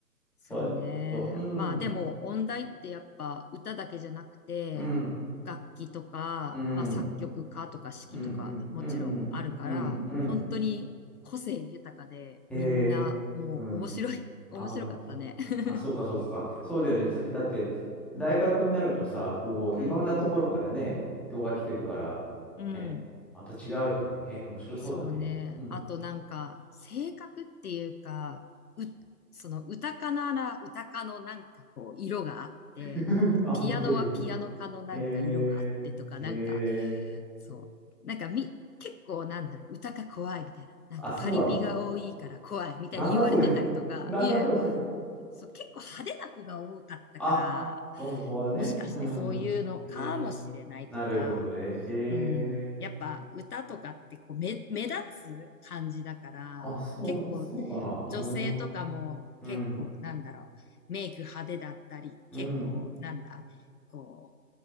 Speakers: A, on the left; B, in the centre.
A: そうね。
B: こうやってと、うん、
A: まあでも音大ってやっぱ歌だけじゃなくて
B: うん、うん、
A: 楽器とか、
B: うん、
A: まあ作曲家とか指揮とかもちろんあるから本当に個性豊かでみんなもう面白い、
B: うん、うん、うん、うん、うん、うん、ええ、うん。
A: <laughs> 面白かったね。
B: あ、本当に。
A: <laughs>
B: あ、そうか、そうか。そうだよね。だだって、大学になるとさ、こう、
A: うん。
B: いろんなところからね、人が来てるから、
A: うん。
B: ね、また違うよね。ええ、面白そうだね。
A: そうね。
B: うん。
A: あとなんか、性格っていうか、う、その歌かなら歌かのなんかこう、色があって、
B: <laughs> あ、
A: ピアノはピアノかのなんか色があってとか、
B: 本当に。ええ、
A: なんか、
B: ええ。
A: そう。なんかみ、結構なんだろう、歌か怖いみたいな。なんかパリピが多いから怖いみたいに言われてたりとか、
B: あ、そうなのなんだそれ。<laughs> なんだそれ。
A: いや、そう、結構派手な子が多かったから、
B: あ、その子はね。
A: もしかしてそういうのかもしれないとか、
B: うん。ええ、なるほどね。ええ。
A: うん、やっぱ歌とかってこう目、目立つ感じだから、
B: あ、そう、
A: 結構
B: そうかな。うー
A: 女性とかも結構なんだろう、
B: ん。うん。
A: メイク派手だったり、
B: うん。
A: 結構なんだ、こ